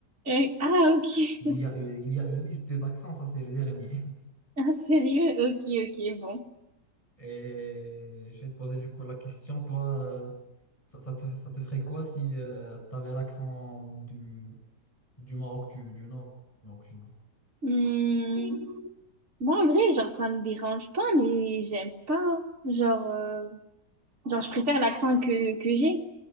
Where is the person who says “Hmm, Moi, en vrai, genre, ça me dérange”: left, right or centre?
Right